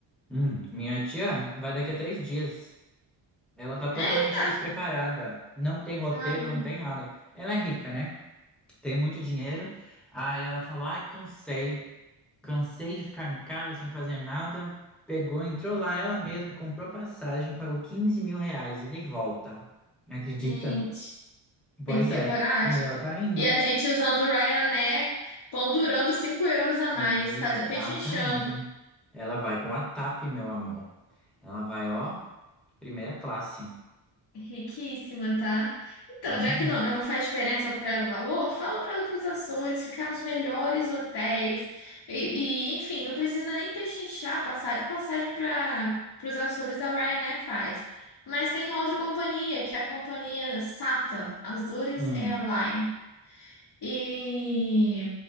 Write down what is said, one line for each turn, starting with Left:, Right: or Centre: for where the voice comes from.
Centre: Hum, Minha tia vai daqui a três dias. Ela tá totalmente
Left: É,
Centre: despreparada. Não tem roteiro,
Left: ah, meu
Centre: não tem nada. Ela é rica, né? Tem muito dinheiro. Aí ela falou: ai, cansei. Cansei de ficar em casa sem fazer nada. Pegou, entrou lá ela mesma, comprou a passagem, pagou 15 mil reais ida e volta. Acredita?
Left: gente,
Centre: Pois
Left: tem que ter
Centre: é.
Left: coragem.
Centre: E ela tá indo.
Left: E a gente usando o Ryanair, pão durando 5 euros a mais,
Centre: Exatamente.
Left: fazendo, pechinchando.
Centre: Ela vai com a TAP, meu amor. Ela vai, ó, primeira classe.
Left: Riquíssima, tá? Então,
Centre: Uhum.
Left: já que não, não faz diferença para ela o valor, fala para ela ir para os Açores, ficar nos melhores hotéis. E, e, enfim, não precisa nem pechinchar a passagem, a passagem para os Açores a Ryanair faz. Mas tem uma outra companhia, que é a companhia SATA, Azores
Centre: Hum.
Left: Airline. E,